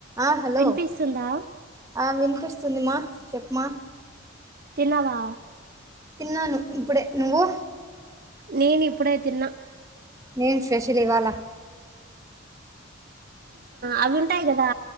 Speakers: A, on the right; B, on the right.
A: ఆ హలో
B: వినిపిస్తుందా
A: ఆ విన్పిస్ సుంది మా చెప్ మా
B: తిన్నావా
A: తిన్నాను ఇప్పుడే నువ్వు
B: నేను ఇప్పుడె తిన్నా
A: ఏం స్పెషల్ ఇవ్వాలా
B: అవి ఉంటాయి కదా